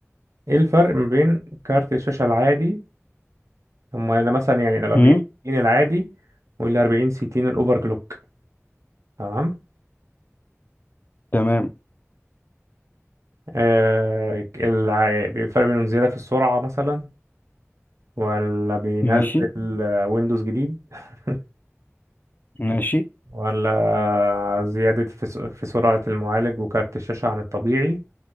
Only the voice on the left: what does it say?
هم؟
تمام
ماشي
ماشي